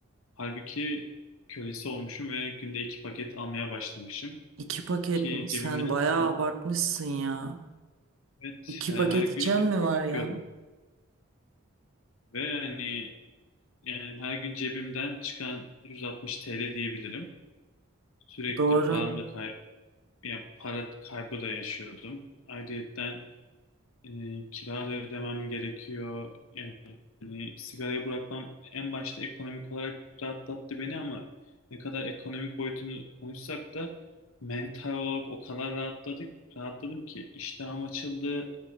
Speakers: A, on the left; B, on the right.
A: Halbuki kölesi olmuşum ve günde iki paket almaya başlamışım.
B: iki paket
A: Ki
B: mi? Sen
A: cebimden
B: bayağı
A: çıkan
B: abartmışsın ya.
A: evet,
B: İki
A: her,
B: paket
A: her gün
B: içen
A: iki
B: mi
A: paket
B: var ya?
A: içiyordum. Ve hani yani her gün cebimden çıkan 160 TL diyebilirim. Sürekli
B: Doğru.
A: param da kay yani para kaybı da yaşıyordum. Ayrıyetten e, kira da ödemem gerekiyor. Yani sigarayı bırakmam en başta ekonomik olarak rahatlattı beni ama ne kadar ekonomik boyutunu konuşsak da mental olarak o kadar rahatladık, rahatladım ki iştahım açıldı,